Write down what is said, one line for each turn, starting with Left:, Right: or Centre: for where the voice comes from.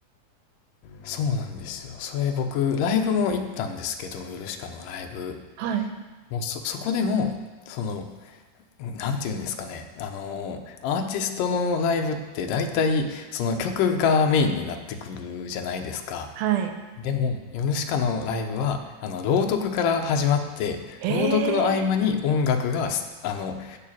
Left: そうなんですよ。それ僕ライブも行ったんですけどヨルシカのライブ。
Right: はい。
Left: もうそ、そこでもそのなんて言うんですかね。あのー、アーティストのライブって大体その曲がメインになってくるじゃないですか。
Right: はい。
Left: でも、ヨルシカのライブは、あの、朗読から始まって、
Right: ええ
Left: 朗読の合間に音楽がす、あの、